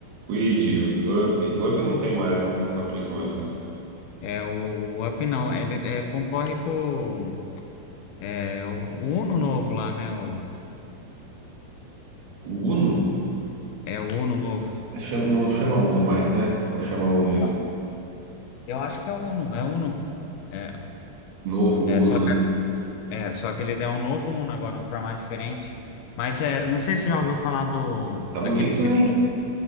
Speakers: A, on the right (about 80°); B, on the left (about 80°).
A: Quid, Up. O Up não tem mais, né? Não fabrica mais, né?
B: É, o, o Up não, ele é, concorre com é, o o Uno novo lá, né? O,
A: O Uno?
B: é o Uno novo.
A: Chama- Não chama Uno mais, né? Ou chama Uno ainda?
B: Não, eu acho que é o Uno, é o Uno. É,
A: Novo
B: é,
A: Uno,
B: só
A: né?
B: que, é, só que ele é um novo Uno agora, um formato diferente. Mas é, não sei se você já ouviu falar do
A: Tá bonito,
B: aquele Citroën.
A: hein?